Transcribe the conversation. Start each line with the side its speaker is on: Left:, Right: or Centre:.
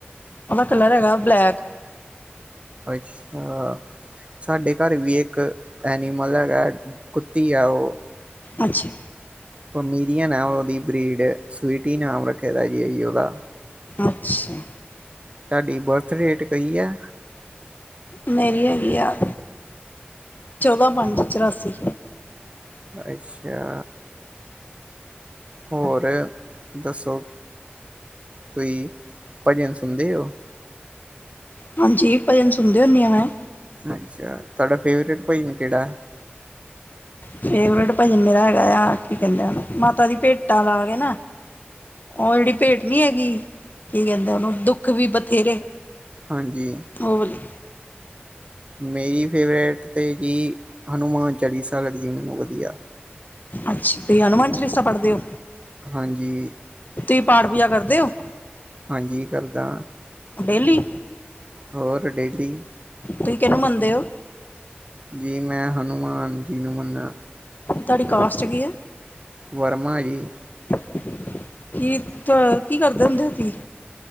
Left: ਉਦਾ ਕਲਰ ਹੈਗਾ ਬਲੈਕ।
Right: ਅੱਛਾ! ਸਾਡੇ ਘਰ ਵੀ ਇੱਕ ਐਨੀਮਲ ਹੈਗਾ ਕੁੱਤੀ ਆ ਓ।
Left: ਅੱਛਾ।
Right: ਪਮੀਰੀਅਨ ਆ ਉਦੀ ਬ੍ਰੀਡ ਸਵੀਟੀ ਨਾਮ ਰੱਖਿਆ ਦਾ ਜੀ ਆ ਉਦਾ।
Left: ਅੱਛਾ।
Right: ਤੁਹਾਡੀ ਬਰਥ ਰੇਟ ਕਈ ਆ?
Left: ਮੇਰੀ ਹੈਗੀ ਆ, ਚੌਦਾਂ ਪੰਜ ਚਰਾਸੀ।
Right: ਅੱਛਾ। ਹੋਰ ਦੱਸੋ, ਤੁਈ ਭਜਨ ਸੁਨਦੇ ਓ?
Left: ਹਾਂਜੀ ਭਜਨ ਸੁਣਦੇ ਹੁੰਨੀ ਆ ਮੈਂ।
Right: ਅੱਛਾ ਤਾਡਾ ਫੇਵਰੇਟ ਭਜਨ ਕੇੜਾ?
Left: ਫੇਵਰੇਟ ਭਜਨ ਮੇਰਾ ਹੈਗਾ ਆ ਕੀ ਕੈਂਦੇ ਉਨੂੰ ਮਾਤਾ ਦੀ ਭੇਟਾਂ ਲਾ ਕੇ ਨਾ ਓ ਜੇੜੀ ਭੇਟ ਨੀ ਹੈਗੀ ਕੀ ਕੈਂਦੇ ਉਨੂੰ ਦੁੱਖ ਵੀ ਬਥੇਰੇ।
Right: ਹਾਂਜੀ।
Left: ਓ ਵਾਲੀ।
Right: ਮੇਰੀ ਫੇਵਰੇਟ ਤੇ ਗੀ ਹਨੂੰਮਾਨ ਚਾਲੀਸਾ ਲੱਗਦੀ ਮੈਨੂੰ ਵਧੀਆ।
Left: ਅੱਛਾ ਤੁਹੀ ਹਨੂੰਮਾਨ ਚਾਲੀਸਾ ਪੜ੍ਹਦੇ ਔ।
Right: ਹਾਂਜੀ
Left: ਤੁਈ ਪਾਠ ਪੂਜਾ ਕਰਦੇ ਔ?
Right: ਹਾਂਜੀ ਕਰਦਾ।
Left: ਡੇਲੀ?
Right: ਹੋਰ ਡੇਲੀ।
Left: ਤੁਹੀ ਕਿਨੂੰ ਮੰਨਦੇ ਔ?
Right: ਜੀ ਮੈਂ ਹਨੂੰਮਾਨ ਜੀ ਨੂੰ ਮੰਨਾ।
Left: ਤੁਹਾਡੀ ਕਾਸਟ ਕੀ ਐ?
Right: ਵਰਮਾ ਏ ਜੀ।
Left: <unintelligible> ਕੀ ਕਰਦੇ ਹੁੰਦੇ ਤੁਹੀ।